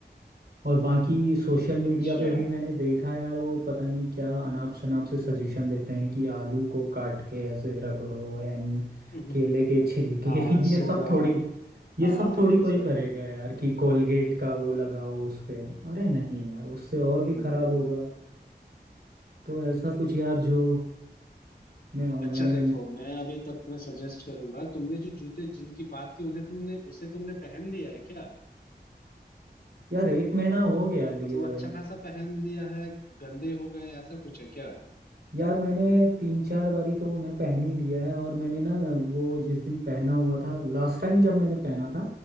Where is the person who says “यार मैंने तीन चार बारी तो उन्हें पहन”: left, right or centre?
Right